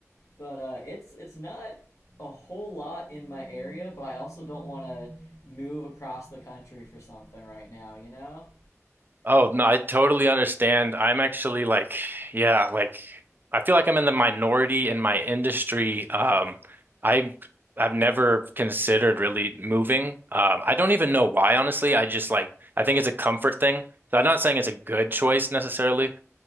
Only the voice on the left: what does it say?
But uh, it's it's not a whole lot in my area, but I also don't want to move across the country for something right now, you know?